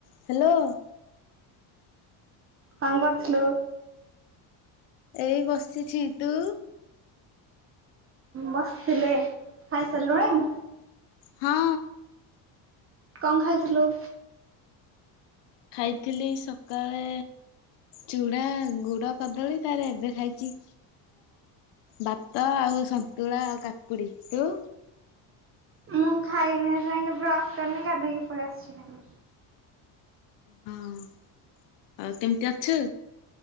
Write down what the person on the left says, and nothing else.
Hello.
ଏଇ ବସିଛି ତୁ?
ହଁ।
ଖାଇଥିଲି ସକାଳେ ଚୁଡା ଗୁଡ କଦଳୀ ତାରେ ଏବେ ଖାଇଚି ଭାତ ଆଉ ସନ୍ତୁଳା ଆଉ କାକୁଡି ତୁ?
ହଁ ଆଉ କେମିତି ଅଛୁ?